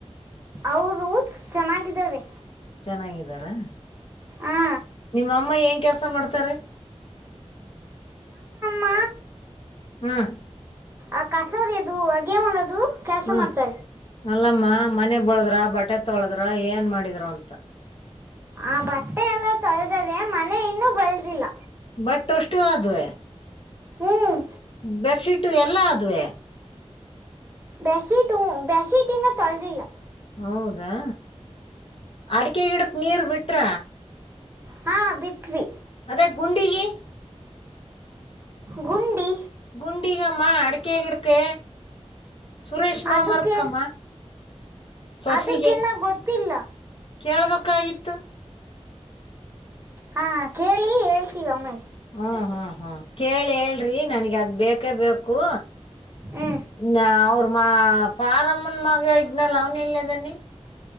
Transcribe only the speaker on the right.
ಅವರು ಚೆನ್ನಾಗಿದ್ದಾರೆ
ಹಾ
ಮ್ಮ
ಆ ಕಸೋರಿ ಅದು ಅಡ್ಗೆ ಮಾಡೋದು ಕೆಲ್ಸ
ಮತ್ತೆ
ಆ ಬಟ್ಟೆ ಎಲ್ಲ ತೊಳೆದದೆ ಮನೆ ಇನ್ನೂ ಬೆಳೆದಿಲ್ಲ
ಹ್ಮ್
ಬಸಿಟು ಬಸಿಟನ್ನ ತೊಳದಿಲ್ಲ
ಹಾ ಬಿಟ್ವಿ
ಗುಣಂಡಿ
ಅದಕ್ಕೆ
ಅದಕ್ಕಿನ್ನ ಗೊತ್ತಿಲ್ಲ
ಹಾ ಕೇಳಿ ಹೇಳ್ತೀವಿ ಒಮ್ಮೇ
ಹ್ಞೂ